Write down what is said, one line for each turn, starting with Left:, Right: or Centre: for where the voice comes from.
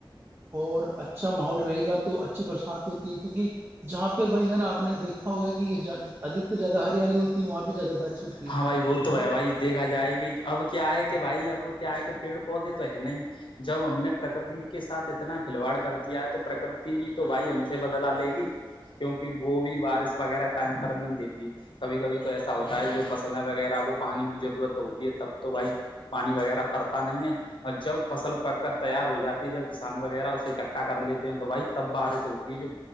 Right: اور اچھا ماحول رہے گا تو اچھی برسات ہوتی ہے کیونکہ جہاں پہ بھائی ج نا آپ نے دیکھا <unintelligible> ہوگا کہ یہ اھکر زیادہ ہریالی ہوتی ہے وہاں پہ زیادہ بارش ہوتی ہے
Left: ہاں بھائی وہ تو ہے بھائی دیکھا جائے کہ اب کیا آئے کہ بھائی اب کیا آئے کہ پیڑ پودے تو ہے ن ہی <unintelligible> جب ہم نے پرکرتی کے ساتھ اتنا کھلواڑ کر دیا ہے تو پرکرتی بھی تو بھائی ہم سے بدلا لے گی
Right: جچ <unintelligible>
Left: کیوںکہ وہ بھی بارش وغیرہ ٹائم پر نہیں دیتی کبھی کبھی تو ایسا ہوتا ہے جو فصلیں وغیرہ کو پانی کی ضرورت ہوتی ہے تب تو بھائی پانی وغیرہ پڑتا نہیں ہے اور جب فصل پک کر تیار ہو جاتی ہے جب کسان وغیرہ اسے اکٹھا کر لیتے ہیں تو بائی تب بارش ہوتی ہے جو